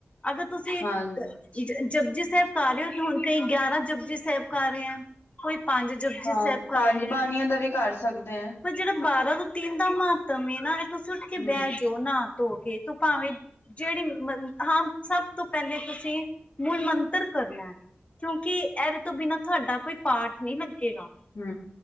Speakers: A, on the left; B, on the left.
A: ਅਗਰ, ਤੁਸੀਂ
B: ਹਾਂ,
A: ਜੱ ਜ ਜਪਜੀ ਸਾਹਿਬ ਕਰ ਰਹੇ ਹੋ, ਹੁਣ ਕਈ ਗਿਆਰਾਂ ਜੁਪਜੀ ਸਾਹਿਬ ਕਰ ਰਹੇ ਆ ਕੋਈ ਪੰਜ ਜਪੁਜੀ
B: ਹਾਂ
A: ਸਾਹਿਬ ਕਰ
B: ਪੰਜ
A: ਰਿਹਾ
B: ਬਾਣੀਆਂ
A: ਆ।
B: ਦਾ ਵੀ ਕਰ ਸਕਦੇ ਐ।
A: ਪਰ ਜਿਹੜਾ ਬਾਰਾਂ ਤੋਂ ਤਿੰਨ ਦਾ ਮਹਤਮ ਐ ਨਾ ਤੁਸੀਂ ਉੱਠ ਕੇ
B: ਹੂੰ-ਹੂੰ-ਹੂੰ-ਹੂੰ-ਹੂੰ-ਹੂੰ
A: ਬਹਿ ਜਾਓ ਨਾ ਧੋ ਕੇ, ਤੂੰ ਭਾਵੇਂ ਜਿਹੜੀ ਮ ਹਾਂ, ਸਭ ਤੋਂ ਪਹਿਲੇ ਤੁਸੀਂ ਮੂਲ ਮੰਤਰ ਕਰਨਾ ਐ। ਕਿਉਂਕਿ ਇਹਦੇ ਤੋਂ ਬਿਨਾਂ ਤੁਹਾਡਾ ਕੋਈ ਪਾਠ ਨਹੀਂ ਲੱਗੇਗਾ।
B: ਹੂੰ